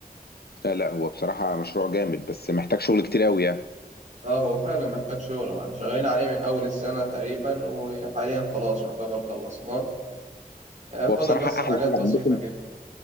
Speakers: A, on the left (about 85°); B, on the right (about 50°).
A: لا لا هو بصراحة مشروع جامد بس محتاج شغل كتير قوي يعني
B: اه هو فعلا محتاج شهرة واحنا شغالين عليه من أول السنة تقريبا وحاليا خلاص يعتبر خلصناه آه، فاضل
A: هو بصراحة
B: بس
A: احلى
B: حاجات
A: حاجة
B: بسيطة
A: عندكم
B: كده